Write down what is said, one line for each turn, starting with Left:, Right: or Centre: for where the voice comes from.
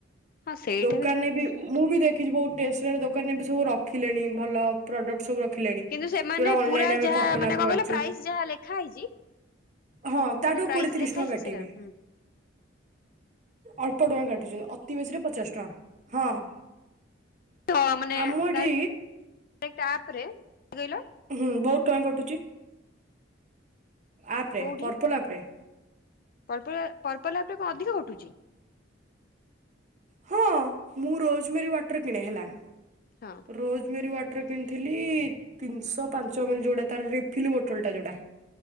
Left: ହଁ ସେଇଟା
Right: ଦୋକାନରେ
Left: ଠିକ କଥା।
Right: ବି ମୁଁ ବି ଦେଖିଛି ବହୁତ ଟେସ୍ନାରୀ ଦୋକାନରେ ସବୁ ରଖ ରଖିଲେଣି ଭଲ ପ୍ରଡକ୍ଟ ସବୁ ରଖିଲେଣି।
Left: କିନ୍ତୁ ସେମାନେ
Right: ଯୋଉଟା ଅନଲାଇନରେ
Left: ପୁରା
Right: ଆମେ
Left: ଯାହା
Right: ପର୍ପଲ
Left: ମାନେ
Right: ଆଣିଛୁ
Left: କଣ କହିଲ ପ୍ରାଇସ୍ ଯାହା ଲେଖା ହେଇଛି
Right: ହଁ ତାଠୁ
Left: ଯୋଉଟା ପ୍ରାଇସ୍
Right: କୋଡିଏ ତିରିଶ
Left: ଲେଖା
Right: ଟଙ୍କା
Left: ହେଇଛି
Right: କାଟିବେ
Left: ସେଇଟା ହୁଁ
Right: ଅଳ୍ପ ଟଙ୍କା କାଟୁଛନ୍ତି। ଅତି ବେଶୀରେ ପଚାଶ ଟଙ୍କା। ହଁ
Left: ହ ମାନେପ
Right: ଆମ ଏଠି
Left: କହିଲ
Right: ହୁଁ ବହୁତ ଟଙ୍କା କଟୁଛି। ଆପରେ
Left: କୋଉଠି
Right: ପର୍ପଲ ଆପ ରେ
Left: ପର୍ପଲ ପର୍ପଲ ଆପ ରେ କଣ ଅଧିକ କଟୁଚି
Right: ହଁ। ମୁଁ ରୋଜମେରୀ ୱାଟର୍ କିଣେ ହେଲା
Left: ହଁ।
Right: ରୋଜମେରୀ ୱାଟର୍ କିଣିଥିଲି ତିନିଶହ ପାଞ୍ଚ ଏମ୍ ଏଲ ଯୋଉଟା ତାର ରି ବୋଟଲ ଟା ଯୋଉଟା